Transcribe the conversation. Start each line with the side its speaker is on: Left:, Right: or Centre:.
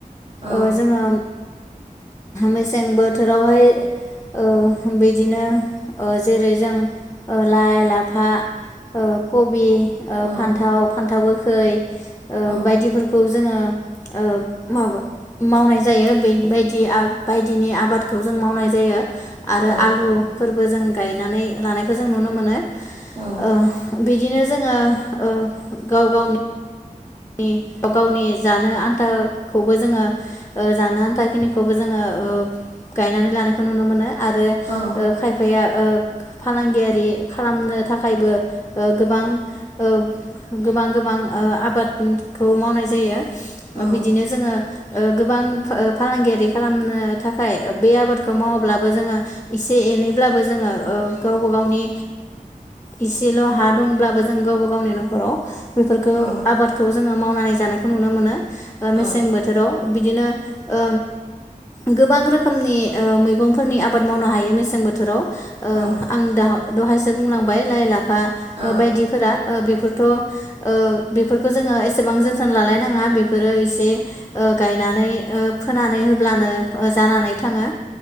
Right: औ
Left: ओ जोङो। मेसें बोथोरावहाय ओ बिदिनो। ओ जेरै जों लाइ लाफा कबि। ओक्षफान्थाव
Right: औ
Left: फान्थाव गो। खै। ओ
Right: औ
Left: बायदिफोरखौ जोङो ओ माबा मावनाय जायो बै बायदि बायदिनि आबादखौ जों मावनाय जायो। आरो
Right: औ
Left: आलुफोरबो। बोजों गायनानै लानायखौ जों नुनो मोनो
Right: औ
Left: ओं बिदिनो जोङो ओ गाव गावनि नि अ गावनि जानो आन्थाखौबो जोङो ओ जानो आन्था खिनिखौबो जोङो गायनानै लानायखौ नुनो मोनो आरो ओ
Right: औ
Left: खायफाया ओ फालांगियारि खालामनो थाखायबो ओ गोबां ओ गोबां गोबां ओ आबाद। खौ मावनाय जायो
Right: औ
Left: बिदिनो जोङो। ओ गोबां फालांगियारि खालामनो थाखाय बे आबादखौ मावाब्लाबो जोङो एसे एनैब्लाबो जोङो ओ गावबा गावनि एसेल' ओ हा दंब्लाबो जों गावबा गावनि न'खराव बेफोरखौ
Right: औ
Left: आबाद। खौ जोङो मावनानै जानायखौ नुनो मोनो। ओ मेसें
Right: औ
Left: बोथोराव। बिदिनो ओ गोबां रोखोमनि ओ मैगंफोरनि आबाद मावनो हायो मेसें बोथोराव ओ
Right: औ
Left: आं दा दहायसो बुंलांबाय लाइ लाफ फा
Right: औ
Left: बायदिफोरा ओ बेफोर थ ओ बेफोरखो खो जोङो एसेबां जोथोन लालायनाङा बे बेफोरो एसे ओ गायनानै ओ फोनानै होब्लानो ओ जानानै थाङो।